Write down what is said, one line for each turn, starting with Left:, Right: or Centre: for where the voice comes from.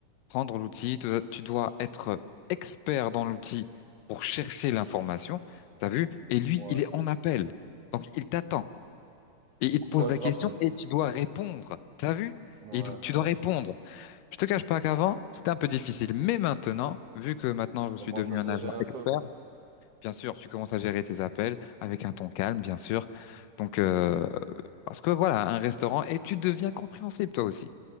Left: prendre l'outil, tu dois tu dois être expert dans l'outil pour chercher l'information. T'as vu? Et lui,
Right: Ouais.
Left: il est en appel. Donc, il t'attend et il
Right: Donc,
Left: te
Right: faut
Left: pose
Right: être
Left: la question
Right: rapide.
Left: et tu dois répondre. T'as vu?
Right: Ouais,
Left: Et il do- tu dois
Right: ouais.
Left: répondre. Je te cache pas qu'avant, c'était un peu difficile, mais maintenant, vu que maintenant
Right: Tu
Left: je
Right: commences
Left: suis devenu
Right: à gérer
Left: un agent
Right: un
Left: expert,
Right: peu.
Left: bien sûr, tu commences à gérer tes appels avec un ton calme, bien sûr. Donc, euh, parce que voilà, un restaurant, et tu deviens compréhensible toi aussi.